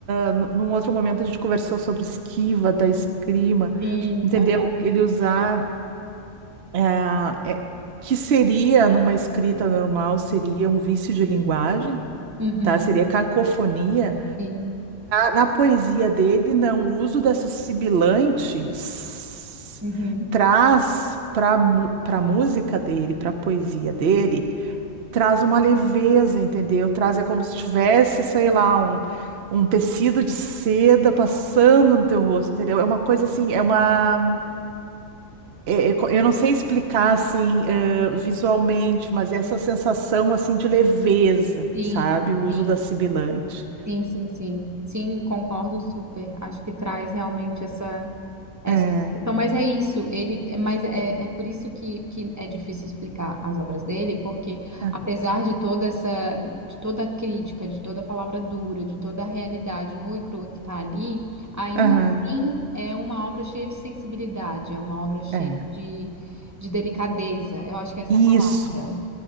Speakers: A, on the right; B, on the right.
A: ah, nu- num outro momento a gente conversou sobre esquiva da esgrima,
B: Sim,
A: entendeu? Ele
B: assim.
A: usar, ah, é, que seria, numa escrita normal, seria um vício de linguagem,
B: Uhum,
A: tá? Seria cacofonia.
B: sim.
A: Na poesia dele, não, o uso dessa sibilante s-
B: Uhum.
A: traz para para música dele, para poesia dele, traz uma leveza, entendeu? Traz, é como se tivesse, sei lá, um, um tecido de seda passando no teu rosto, entendeu? É uma coisa assim, é uma. é- é co- eu não sei explicar assim, eh, visualmente, mas é essa sensação assim de leveza,
B: Sim,
A: sabe? O uso
B: sim,
A: da sibilante.
B: sim, sim, sim. Sim, concordo super. Acho que traz realmente essa. É,
A: É.
B: então, mas é isso, ele, mas é, é por isso que, que é difícil explicar as obras dele, porque
A: é,
B: apesar de toda essa, de toda a crítica, de toda a palavra dura, de toda a realidade nua e crua que está ali, ainda
A: Aham.
B: assim é uma obra cheia de sensibilidade, é uma obra cheia
A: é.
B: de, de delicadeza, eu acho que essa
A: Isso.
B: é a palavra.